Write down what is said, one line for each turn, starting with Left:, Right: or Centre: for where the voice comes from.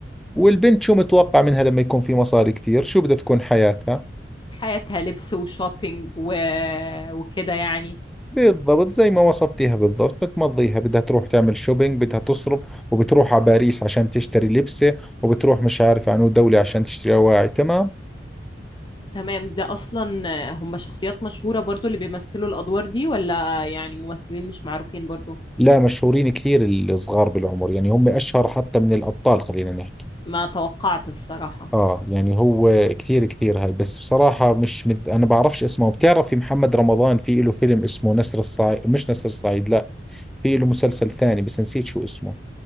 Centre: والبنت شو متوقع منها لما يكون في مصاري كثير شو بدها تكون حياتها
Left: حياتها لبس وشوبينج و... وكده يعني
Centre: بالضبط زي ما وصفتيها بالضبط بتمضيها بدها تروح تعمل شوبينج بدها تصرف وبتروح على باريس عشان تشتري لبسة وبتروح مش عارف عنو دولة عشان تشتري أواعي تمام
Left: تمام ده اصلا هم شخصيات مشهورة برضو اللي بيمثلوا الادوار دي ولا يعني ممثلين مش معروفين برضو
Centre: لا مشهورين كثير الصغار بالعمر يعني هم أشهر حتى من الأبطال خلينا نحكي
Left: ما توقعت الصراحة
Centre: آه يعني هو كثير كثير هاي بس بصراحة مش مد... أنا بعرفش اسمه بتعرفي محمد رمضان في له فيلم اسمه نسر الصعيد مش نسر الصعيد لا في له مسلسل ثاني بس نسيت شو اسمه